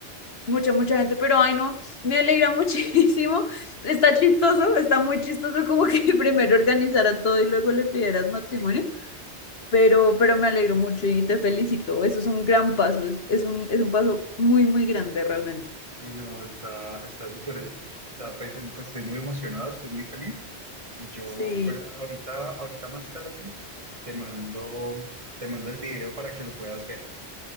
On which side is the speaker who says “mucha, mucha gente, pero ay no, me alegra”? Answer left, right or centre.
Left